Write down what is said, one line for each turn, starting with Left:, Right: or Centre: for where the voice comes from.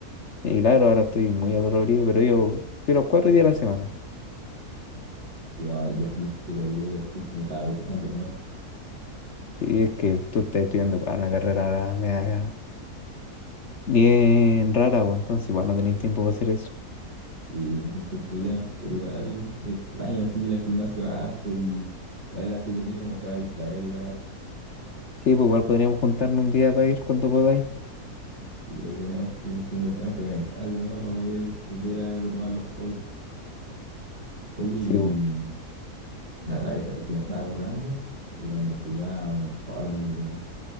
Left: y claro, ahora estoy muy adolorido, pero yo fui los cuatro días de la semana.
Right: Oh, y ahora yo fui un puro día y ya estoy como cada vez dejándolo más.
Left: Sí, es que tú estás estudiando para una carrera media bien rara, pues entonces igual no tenéis tiempo para hacer eso.
Right: Y ese es el problema, pero igual es extraño así ir al gimnasio harto y para era entretenido, uno se va a distraer igual harto.
Left: Sí, pues igual podríamos juntarnos un día para ir cuando podáis.
Right: Y ahí tenemos que, si nos tenemos que organizar de nuevo para poder volver a retomar los hobbies. Oye, y
Left: Sí, pues.
Right: la otra vez es que me estaba acordando de cuando jugábamos Fortnite, weón,